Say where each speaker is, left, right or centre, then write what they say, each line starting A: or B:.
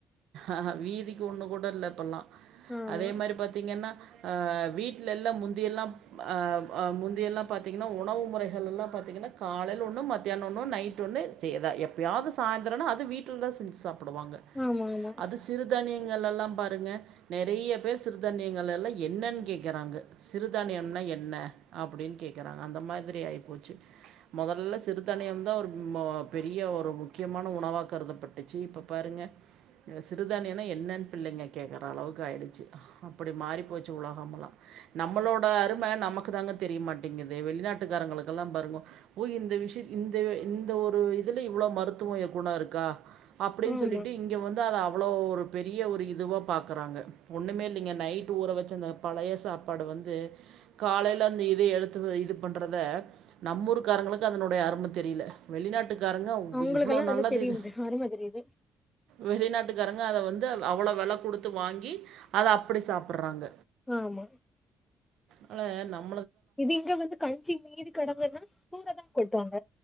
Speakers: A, on the right; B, on the left.
A: ஆஹ வீதிக்கி ஒண்ணு கூட இல்ல இப்பல்லா
B: ஆமா
A: அதே மாரி பாத்தீங்கன்னா ஆ வீட்ல எல்லாம் முந்தியெல்லாம் ஆ முந்தியெல்லாம் பாத்தீங்கன்னா உணவு முறைகள் எல்லாம் பார்த்தீங்கன்னா காலையில ஒண்ணும் மத்தியானம் ஒண்ணம் நைட் ஒண்ணு சே தா எப்பயாவ்து சாய்ந்தரன்னா அது வீட்ல தான் செஞ்சு சாப் புடுவாங்க
B: ஆமா ஆமா
A: அது சிறுதானிய ங்கள் எல்லாம் பாருங்க நெறைய பேர் சிறுதானியங்கள் எல்லாம் என்னன் கேட்குறாங்க சிறுதானியன்னா என்ன அப்டின் கேக்குறாங்க அந்த மாதிரி ஆயி போச்சு மொதல்ல சிறுதானி தானியம் தான் ஒரு பெரிய ஒரு முக்கியமான உணவா கருதப்பட்டுச்சி இப்ப பாருங்க சிறுதானியனா என்னன்னு பிள்ளைங்க கேக்குற அளவுக்கு ஆயிடுச்சு அப்டி மாறி போச்சு உலகம் ல்லா நம்மளோட அரும நமக்கு தாங்க தெரியமாட்டேங்குது வெளிநாட்டுக்காரங்களுக்கெல்லாம் பாருங்க ஓ இந்த விஷயத் இந்த இந்த ஒரு இதுல இவ்ளோ மருந் துவ குணோ இருக்கா அப்படின்
B: ஆமா
A: சொல்லிட்டு இங்க வந்து அத பெரிய ஒரு இதுவாக பாக்குறாங்க ஒன்னுமே இல்லீங்க நைட் ஊற வச்ச அந்த பழைய சாப்பாடு வந்து காலையில அந்த இது எடுத்து இது பண்றத நம்மூருகாரங்களுக்கு அதனுடைய அறும ம் தெரியில வெளிநாட்டுக்காரங்க
B: அவங்களுக்கெல்லா
A: இவ்ளோ
B: அதெல்லா
A: நல்லது
B: தெரியுது
A: இது
B: அரும தெரியுது
A: வெளிநாட்டு காரங்க அத வந்து அவ்வளோ வெல குடுத்து வாங்கி அத அப்டி சாப்பிட்றாங்க
B: ஆமா
A: அன்ல நம்
B: இது இங்க வந்து கஞ்சி மீதி கெடக்குன்னா தூற தா கொட்டுவாங்க